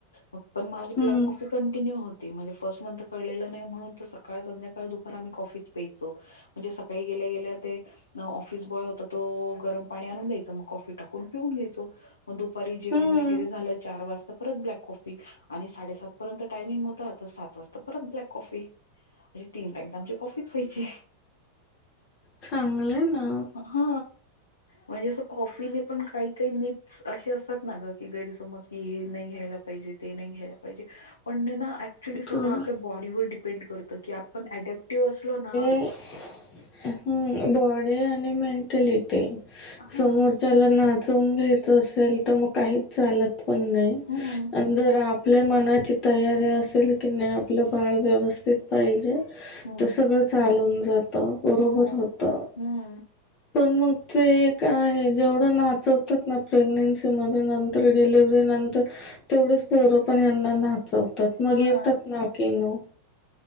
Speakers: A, on the left; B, on the left.
A: मग पण माझी ब्लॅक
B: हम्म
A: कॉफ़ी कंटिन्यू होती. ते म्हणजे फर्ट मंथ कळलेलं नाही म्हणून सकाळ संध्याकाळ दुपार आम्ही कॉफीच प्यायचो. म्हणजे सकाळी गेल्या गेल्या ते, ऑफिस बॉय होता तो गरम पाणी आणून द्यायच मग कॉफी टाकून पिऊन घ्यायचो. मग दुप दपारी जेवण
B: हम्म
A: वगैरे झालं चार वाजता परत ब्लॅक कॉफी आणि साडेसात पर्यंत टायमिंग होता तर सात वाजता परत ब्लॅक कॉफी. अे तीन टाईम तर आमची कॉफीच व्हाय ची.
B: चांगलं ना.
A: हा म्हणजे असं कॉफीने पण काही काही मीथस असे अस. तात ना ग की गैरसमज की हे नाही घ्यायला पाहिजे ते नाही घ्यायला पाहिजे पण हे ना ऍक् क्च्युली
B: तुला
A: सगळं आपल्या बॉडीवर डिपेंड करतं की आपण ऍडॅप्टिव्ह असलो ना.
B: ह् बॉडी आणि मेंटलिटी
A: हा
B: समोर. त्याला नाचवून घ्यायच असेल तर मग काहीच चालत पण नाही.
A: हम्म
B: जर आपल्या मनाची तयारी असेल की नाही आपलं बाळ व्यवस्थित पाहिजे.
A: हम्म
B: तर सगळं चालून जातं बरोबर
A: हो
B: होतं.
A: हम्म
B: पण मग ते का आहे जेवढं नाचवतात ना प्रेग्नेन्सी मध्ये न. तर डिलिव्हरी नंतर तेवढेच पोरपण यांना नाचवतात. मग
A: हा
B: येतात ना की नो.